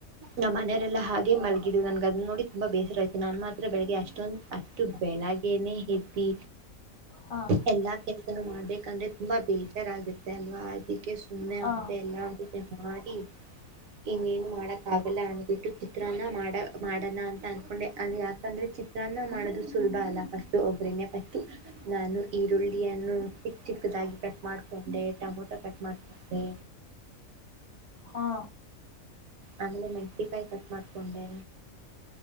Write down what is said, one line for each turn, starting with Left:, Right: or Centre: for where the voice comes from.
Right: ನಮ್ಮ ಮನೆಯರೆಲ್ಲ ಹಾಗೆ ಮಲಗಿದ್ ನನ್ಗೆ ಅದನ್ನ ನೋಡಿ ತುಂಬಾ ಬೇಸರ ಆಯ್ತ ನನ್ ಮಾತ್ರ ಬೆಳಗ್ಗೆಷ್ಟೊಂದು ಅಷ್ಟ ಇ ಬೆಳಗ್ಗೆಯೇ ಎದ್ದಿ
Left: ಹಾಂ
Right: ಎಲ್ಲಾ ಕೆಲಸನು ಮಾಡಬೇಕಂದ್ರೆ ತುಂಬಾ ಬೇಜಾರಾಗುತ್ತೆ ಅಲ್ವಾ ಅದಕ್ಕೆ ಸುಮ್ಮನೆ
Left: ಹಾ
Right: ಆದ ಎಲ್ಲ ಮಾಡಿ ಇನ್ನೇನು ಮಾಡಕ್ ಆಗಲ್ಲ ಅಂದ್ಬಿಟ್ಟು ಚಿತ್ರನ್ನ ಮಾಡ ಮಾಡೋಣ ಅಂತ ಅನ್ಕೊಂಡೆ ಅ ಯಾಕಂದ್ರೆ ಚಿತ್ರ ಸ್ನ ಮಾಡೋದು ಸುಲಭ ಅಲ್ಲ ಫಸ್ಟ್ ಒಬ್ರನೇ ಫಸ್ಟ್ ನಾನು ಈರುಳ್ಳಿಯನ್ನು ಚಿಕ್ ಚಿಕ್ಕದಾಗಿ ಕಟ್ ಮಾಡ್ಕೊಂಡೆ ಟೊಮೊಟೊ ಕಟ್ ಮಾಡ್ತೆ
Left: ಹಾ
Right: ಆಮೇಲೆ ಮೆಣಸಿಕಾಯಿ ಕಟ್ ಮಾಡ್ಕೊಂಡೆ